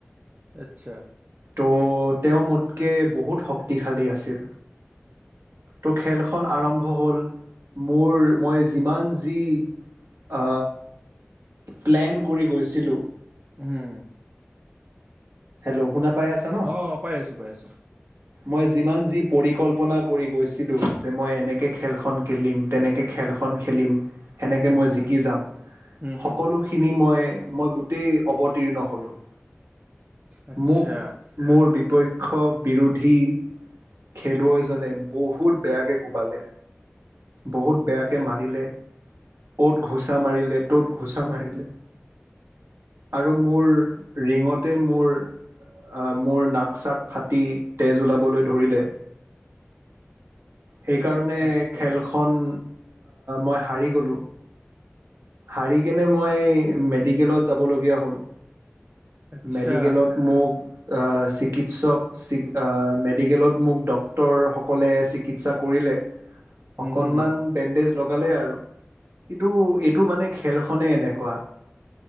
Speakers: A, on the right (about 35°); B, on the right (about 75°).
A: আচ্ছা
B: ত' তেওঁ মোতকে বহুত শক্তিশালী আছিল তো খেলখন আৰম্ভ হ'ল মোৰ মই যিমান যি অ প্লেন কৰি গৈছিলোঁ
A: উম
B: হেল্ল' শুনা পাই আছা ন?
A: অ' পাই আছো পাই আছো
B: মই যিমান যি পৰিকল্পনা কৰি গৈছিলোঁ যে মই এনেকৈ খেলখন খেলিম তেনেকৈ খেলখন খেলিম সেনেকৈ
A: উম
B: মই
A: হুম
B: জিকি যাম
A: হুম হুম
B: সকলো খিনি মই মই গোটেই অৱতীৰ্ণ হ'লোঁ
A: আচ্ছা
B: মোক মোৰ বিপক্ষ বিৰোধী খেলুৱৈজনে বহুত বেয়াকে কোবালে বহুত বেয়াকৈ মাৰিলে অ'ত ঘোচা মাৰিলে ত'ত ঘোচা মাৰিলে আৰু মোৰ ৰিঙতে মোৰ আহ মোৰ নাক চাক ফাটি তেজ ওলাবলৈ ধৰিলে। সেইকাৰণে
A: আচ্ছা
B: খেল খন মই হাৰি গ'লো। হাৰি কেনে মই মেডিকেলত যাবলগীয়া হ'ল।
A: আচ্ছা
B: মেডিকেলত মোক চিকিৎসক মেডিকেলত মোক ডক্তৰসকলে চিকিৎসা কৰিলে।
A: উম
B: অকনমান
A: হুম হুম
B: বেণ্ডেজ লগালে আৰু কিন্তু এইটো মানে খেলখনে এনেকুৱা।